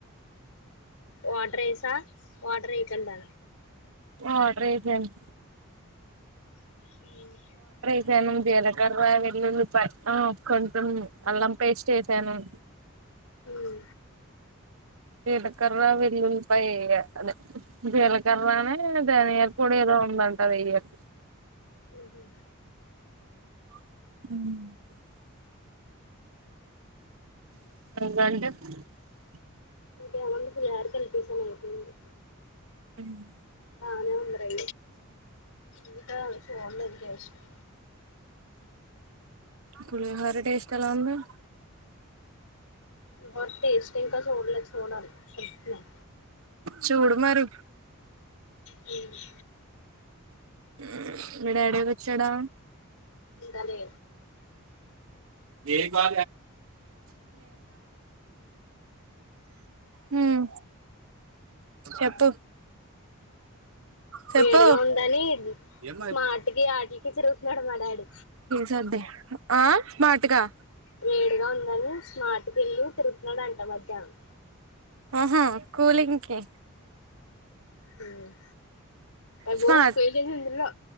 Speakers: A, on the left; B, on the right.
A: వాటరేసా వాటరేయకండా
B: వాటరైపొయ్న్
A: హు
B: పెనం జీలకర్ర వెల్లుల్లిపాయ్ అ కొంచెం అల్లం పేస్టే పెనం
A: మ్
B: జీలకర్ర వెల్లుల్లిపాయ్యెయ్య అదే జీలకర్రాని ధనియార్ పొడేదో ఉందంటదెయ్యాలి
A: ఉహు
B: మ్ <unintelligible>
A: ఇంకేముంది పులిహోర కలిపేసాను అయిపోంది
B: మ్హ్
A: బానే ఉంది రై ఇంక ఫోన్లో కేశ్నం
B: పుళిహోర టేస్ట్ ఎలా ఉంది
A: హోరా టేస్టింకా చూడలే చూడాలి కలుపుతున్నాం
B: చూడు మరి
A: మ్
B: మ్ మీ డాడీ వచ్చాడా
A: ఇంకాలే
B: ఏం కా మ్మ్ చెప్పు చెప్పు
A: వేడిగా ఉందని
B: ఏం
A: స్మార్ట్ కి ఆటికి తిరుగుతున్నాడు మా డాడీ
B: చడ్డీ ఆ స్మార్ట్ కా
A: వేడిగా ఉందని స్మార్ట్ కెళ్ళి తిరుగుతున్నాడంట మధ్యానం
B: ఆహా కూలింగ్కి
A: హమ్ అ బ
B: స్మార్ట్
A: పేజందలో